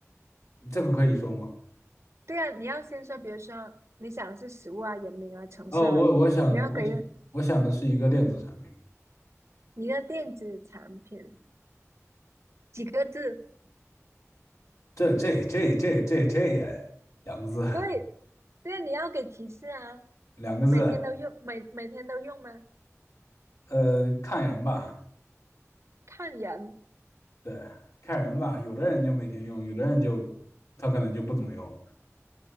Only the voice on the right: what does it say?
对啊，你要先说，比如说你想的是食物啊、人名啊、城市啊，
你要给一个电子产品几个字？
对，对啊你要给提示啊。
每天都用，每每天都用吗？
看人，